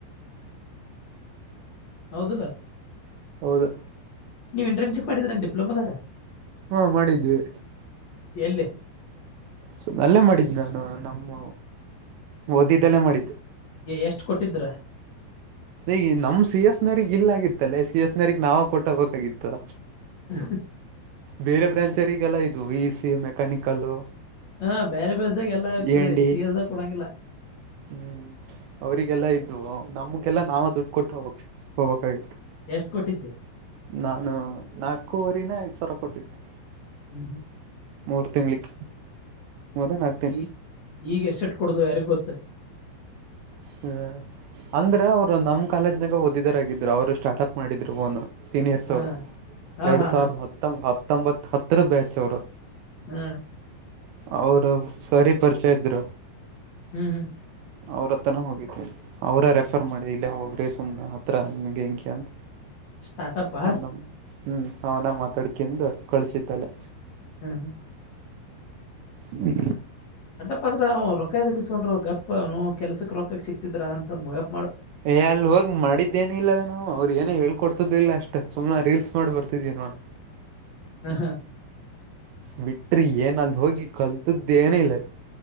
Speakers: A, on the left (about 50°); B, on the right (about 80°).
A: ಹೌದಲ್ಲ
B: ಹೌದು
A: ನೀವು ಇಂಟ್ರನ್ಶಿಪ್ ಮಾಡಿದರ ಡಿಪ್ಲೊಮದಾಗ
B: ಹಾ ಮಾಡಿದ್ವಿ
A: ಎಲ್ಲಿ
B: ಸ ಅಲ್ಲೇ ಮಾಡಿದ್ದು ನಾನು ನಮ್ಮ ಓದಿದ್ದಲ್ಲೇ ಮಾಡಿದ್ದು
A: ಎಷ್ಟು ಕೊಟ್ಟಿದ್ರ
B: ನೇ ನಮ್ ಸಿ ಎಸ್ನರಿ ಇಲ್ಲ ಆಗಿತ್ತಲ್ಲೇ ಸಿ ಎಸ್ ನರಿಗ್ ನಾವ ಕೊಟ್ಟಬೇಕಾಗಿತ್ತು
A: <inaudible>
B: ಬೇರೆ ಬ್ರಾಂಚರಿಗೆಲ್ಲ ಇದು ವಿ ಸಿ ಮೆಕ್ಯಾನಿಕಲ್
A: ಹಾ ಬೇರೆ ಪಸ ಎಲ್ಲಾ
B: ಏಂಡಿ
A: ಸೀರಿಯಸಾ ಕುಡಂಗಿಲ್ಲ
B: ಹ್ಮ್ ಅವರಿಗೆಲ್ಲಾ ಇದ್ವು ನಮ್ಗೆಲ್ಲ ನಾವ ದುಡ್ಡು ಕೊಟ್ಟು ಹೋಗ ಹೋಗ್ಾಗಿತ್ತು
A: ಎಷ್ಟ್ ಕೊಟ್ಟಿದ್ದೆ
B: ನಾನು ನಾಲ್ಕೂುವರಿನ ಐದ್ ಸಾವಿರ ಕೊಟ್ಟಿತ್ತು
A: ಹ್ಮ್
B: ಮೂರು ತಿಂಳಿಕ್ ಮೊದ್ ಆಕ್ತೇನೆ
A: ಈ ಈಗ ಎ ಸೆಟ್ ಕೊಡು ಯಾರಿಗ ಗೊತ್ತ
B: ಹ್ಮ ಅಂದ್ರೆ ಅವ್ರು ನಮ್ ಕಾಲೇಜನಾಗ ಓದಿದರಾಗಿದ್ರು ಅವ್ರು ಸ್ಟಾರ್ಟ್ ಅಪ್ ಮಾಡಿದ್ರು ೋನ್ ಸೀನಿಯರ್ಸ್
A: ಹಾ
B: ಅವರು
A: ಹಾ
B: ಎರಡು
A: ಹಾ
B: ಸಾವಿರದ
A: ಹಾ
B: ಹತ್ತಂಬ ಹತ್ತೊಂಬತ್ತು ಹತ್ತರ ಬ್ಯಾಚ್ ಅವರು
A: ಹ್ಮ್
B: ಅವರು ಸರಿ ಪರಿಚಯ ಇದ್ರು
A: ಹ್ಮ್ ಹ್ಮ್
B: ಅವ್ರ ಹತ್ರನ ಹೋಗತಿೀಿ ಅವ್ರ ರೆಫರ್ ಮಾಡಿ ಇಲ್ಲೇ ಹೋಗ್ರಿ ಸುಮ್ ಹತ್ರ ನಿಮಗೆ ಹೆಂಕಿ ಅಂತ
A: ಸ್ಟಾರ್ಟಪ್ಪಾ
B: ಅವನ ಹ್ಮ್ ಅವನ ಮಾತಾಡ್ಕಂದು ಕಳ್ಸಿದ್ದಲೆ
A: ಹ್ಮ್ ಹ್ಮ್
B: ಹ್ಮ
A: ಅದ್ರ ಅವ ರೊಕಾಯದಗಿಸಕೊಂಡ್ರ ಗಪ್ ಅವನು ಕೆಲ್ಸಕ್ಕೆ ರೊಕ ಸಿಕ್ಟ್ಟಿದ್ರ ಅಂತ ಗ
B: ಏ ಅಲ್ಲಿ ಹೋಗ್ ಮಾಡಿದ್ದೇನ ಇಲ್ಲವ ನಾವು ಅವ್ರ ಏನ ಹೇಳ್ಕೊಡ್ತದ ಇಲ್ಲ ಸುಮನೆ ರೀಲ್ಸ್ ನೋಡಿ ಬರ್ತಿದೀವಿ ನೋಡ್
A: ಹ್ಮ ಹಾ
B: ಬಿಟ್ರಿ ಏನ ಅಲ್ ಹೋಗಿ ಕಲ್ತದೇಏನ ಇಿಲ್ಲ